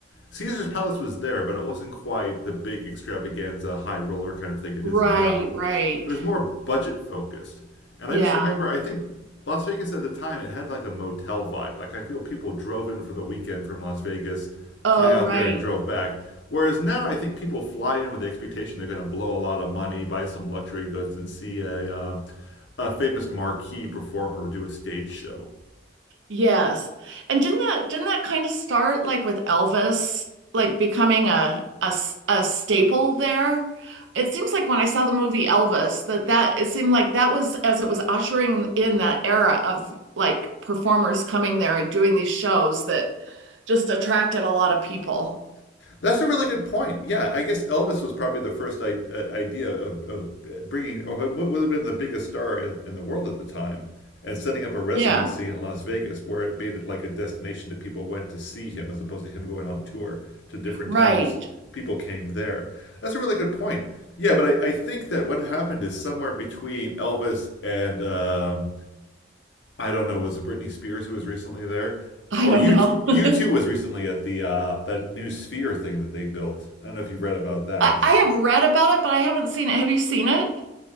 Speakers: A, on the left; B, on the right.
A: Caesar's Palace was there, but it wasn't quite the big extravaganza, high roller kind of thing it
B: Right,
A: is now.
B: right.
A: It was more budget focused. And
B: Yeah.
A: I just remember, I think Las Vegas at the time, it had like a motel vibe. Like, I feel people drove in for the weekend from Las Vegas,
B: Oh,
A: hung out
B: right.
A: there, and drove back. Whereas now, I think people fly in with the expectation they're going to blow a lot of money, buy some luxury goods, and see a, uh, a famous marquee performer do a stage show.
B: Yes. And didn't that didn't that kind of start like with Elvis like becoming a a s- a staple there? It seems like when I saw the movie Elvis that that it seemed like that was as it was ushering in that era of like performers coming there and doing these shows that just attracted a lot of people.
A: That's a really good point. Yeah, I guess Elvis was probably the first I- uh, idea of, of bringing, or what would have been the biggest star in, in the world at the time, and setting up a residency
B: Yeah,
A: in Las Vegas where it made it like a destination that people went to see him as opposed to him going on tour to different
B: right.
A: towns. People came there. That's a really good point. Yeah, but I, I think that what happened is somewhere between Elvis and um, I don't know, was it Britney Spears who was recently there?
B: I
A: Or
B: don't
A: you
B: know.
A: you
B: <laughs>
A: too was recently at the uh that new sphere thing that they built. I don't know if you read about that.
B: I,
A: Is
B: I
A: it,
B: have read about it, but I haven't seen it. Have you seen it?